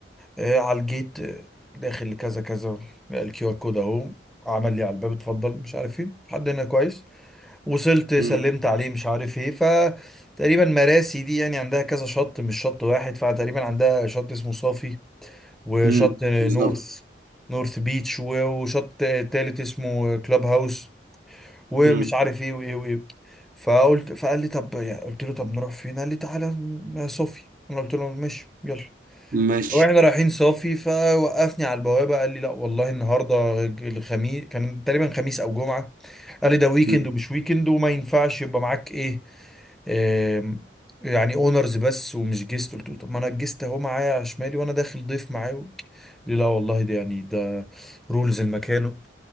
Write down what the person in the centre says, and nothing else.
آه، على الجيت آه، داخل لكذا كذا الكيو ار كود اهو عمل لي على الباب اتفضل مش عارف ايه لحد هنا كويس وصلت سلمت
عليه مش عارف ايه فتقريبا مراسي دي يعني عندها كذا شط مش شط واحد فتقريبا عندها شط اسمه صافي وشط
آه،
نورث نورث بيتش و- وشط آه، تالت اسمه آه، كلاب هاوس ومش
عارف ايه وايه وايه فقلت فقال لي طب يعني قلت له طب نروح فين قال لي تعالى آه، صافي انا قلت له ماشي يلا
واحنا رايحين صافي فوقفني على البوابه قال لي لا والله النهارده الخميس كان تقريبا خميس او جمعه قال لي ده ويكند
ومش ويكند وما ينفعش يبقى معاك ايه آم، يعني اونرز بس ومش جيست قلت له طب ما انا الجيست اهو معايا على شمالي وانا داخل ضيف معاه قال لي لا والله ده يعني ده رولز المكان